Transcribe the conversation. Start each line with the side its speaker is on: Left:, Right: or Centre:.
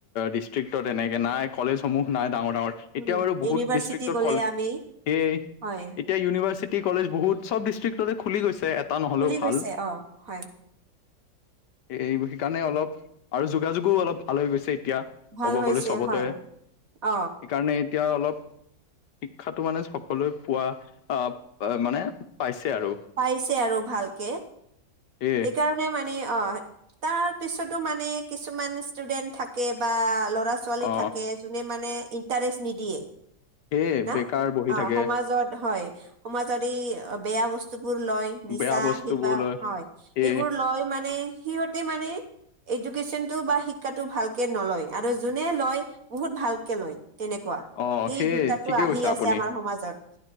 Left: ডিষ্ট্ৰিক্টত এনেকৈ নাই কলেজসমূহ নাই ডাঙৰ ডাঙৰ। এতিয়া
Right: উম
Left: বাৰু বহুত
Right: ইউনিভাৰ্চিটি
Left: ডিষ্ট্ৰিক্টত
Right: গ'লে
Left: কলেজেই
Right: আমি হয়
Left: এতিয়া ইউনিভাৰ্চিটি কলেজ বহুত চব ডিষ্ট্ৰিক্টতে খুলি গৈছে। এ টা নহ'লেও
Right: বুলি
Left: ভাল,
Right: কৈছে অ হয়
Left: এই কাৰণে অলপ আৰু যোগাযোগো অলপ ভাল গৈছে এতিয়া।
Right: ভাল
Left: ক'ব
Right: হৈছে
Left: গ'লে চবতে
Right: হয়
Left: সেইকাৰণে
Right: অ
Left: এতিয়া অলপ শিক্ষাটো মানে সকলোৱে পোৱা আ মানে পাইছে আৰু।
Right: পাইছে আৰু ভালকে।
Left: এইয়ে।
Right: সেইকাৰণে মানে অ' হয়। তাৰ পিছতো মানে কিছুমান ষ্টুডেন্ট থাকে বা ল'ৰা ছো ৱালী
Left: অ
Right: থাকে যোনে মানে ইন্টাৰেষ্ট নিদিয়ে।
Left: সেয়ে
Right: ন,
Left: বেকাৰ বহি
Right: অ',
Left: থাকে
Right: সমাজত হয়, সমাজত এই বেয়া বস্তুবোৰ লয়। নিচা
Left: বেয়া বস্তুবোৰ
Right: সেই বা
Left: লৈ
Right: হয়,
Left: সেয়ে
Right: সেইবোৰ লয় মানে সিহঁতে মানে এডুকেশ্যনটো বা শিক্ষাটো ভালকে নলয়। আৰু যোনে লয় বহুত ভালকে লয় তেনেকুৱা,
Left: অ
Right: সেই
Left: সেয়ে
Right: দুটাতো
Left: ঠিকে
Right: আহি
Left: কৈছে
Right: আছে
Left: আপুনি
Right: আমাৰ সমাজত।